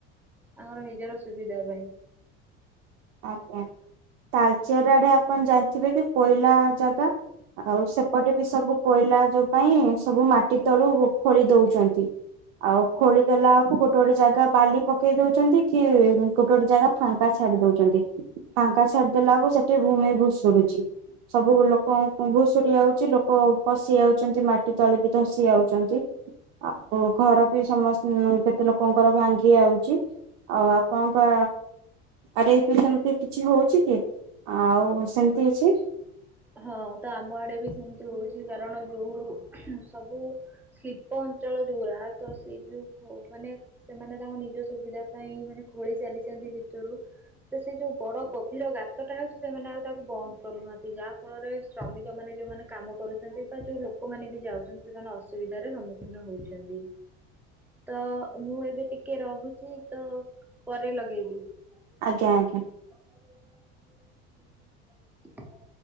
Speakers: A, in the centre; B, on the right (about 80°).
A: ତାଙ୍କର ନିଜର ସୁବିଧା ପାଇଁ।
B: ଆଜ୍ଞା। ତାଲଚେର ଆଡେ ଆପଣ ଜା ଯିବ କି କୋଇଲା ଜାଗା। ଆଉ ସେପଟେ ବି ସବୁ କୋଇଲା ଯୋଉ ପାଇଁ ସବୁ ମାଟି ତଳୁ ଖୋଳି ଦଉଛନ୍ତି, ଆଉ ଖୋଳି ଦେଲା ଗୋଟେ ଗୋଟେ ଜାଗା ବାଲି ପକେଇ ଦଉଛନ୍ତି। କି ଗୋଟେ ଗୋଟେ ଜାଗା ଫାଙ୍କା ଛାଡି ଦଉଛି। <unintelligible> ଆକାଶ ଛାଡିଦେଲାକୁ ସେଠି ଭୂମି ଭୁ ଶୁଡୁଛି, ସବୁ ଲୋକ ଭୁଷୁଡି ଯାଉଛି ଲୋକ ପଶି ଯାଉଛନ୍ତି, ମାଟି ତଳେ ବି ଧସି ଯାଉଛନ୍ତି, ଆଉ ଘର ବି ସମସ୍ତ ଲୋକଙ୍କର ଭାଙ୍ଗି ଯାଉଛି। ଆଉ ଆପଣଙ୍କ ଆରେ ସେମିତି କିଛି ହଉଛି କି? ଆଉ ସେମିତି ଅଛି।
A: ହଁ ତ ଆମ ଆଡେ ବି ସେମିତି ହଉଛି, କାରଣ ଯୋଉ ସବୁ ଶିଳ୍ପ ଅଞ୍ଚଳ ଯୋଉରା ତ ସେ ଯୋଉ ମାନେ ସେମାନେ ତାଙ୍କ ନିଜ ସୁବିଧା ପାଇଁ ମାନେ ଖୋଳି ଚାଲିଛନ୍ତି ଭ ଯଉ ସେ ଯୋଉ ବଡ କୋଭିର ଗାତଟା ହଉଛି, ସେମାନେ ଆଡ ତାକୁ ବନ୍ଦ କରୁନାହାନ୍ତି, ଯାହା ଫଳରେ ଶ୍ରମିକ ମାନେ ଯୋଉମାନେ କାମ କରୁଛନ୍ତି ବା ଯୋଉ ଲୋକମାନୋନ ବି ଯାଉଛନ୍ତି ସେମାନେ ଅସୁବିଧାରେ ସମ୍ମୁଖୀନ ହଉଛନ୍ତି <inaudible> ତ ମୁଁ ଏବେ ଟିକେ ରହୁଛି ତ ପରେ ଲଗେଇବି। <unintelligible>
B: ଆଜ୍ଞା ଆଜ୍ଞା।
A: <unintelligible> <unintelligible>